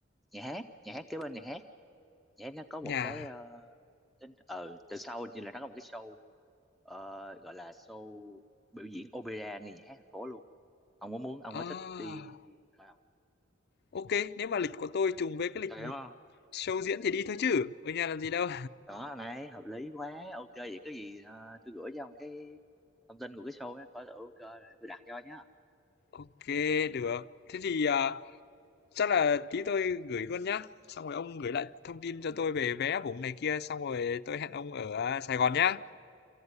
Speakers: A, in the centre; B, on the left (about 55°).
A: nhà hát nhà hát kế bên nhà hát nhé nó có
B: nhà
A: một cái ờ, tính ờ từ sau như là nó có một cái show ờ, gọi là show biểu diễn opera nghe nhạc hát thành phố luôn ông có muốn ông
B: À,
A: có thích đi vào
B: ok, nếu mà lịch của tôi trùng với cái
A: ok
B: lịch
A: đúng không
B: show diễn thì đi thôi chứ, ở nhà làm gì đâu.
A: đó này hợp lý quá ok vậy có gì ờ, tôi gửi cho ông cái thông tin của cái show ấy coi thử ok rồi tôi đặt cho nhá ok
B: Ok, được. Thế thì à, chắc là tí tôi gửi luôn nhá. Xong rồi ông gửi lại thông tin cho
A: Ừ.
B: tôi về vé vùng này kia, xong rồi tôi hẹn ông ở à, Sài Gòn nhá.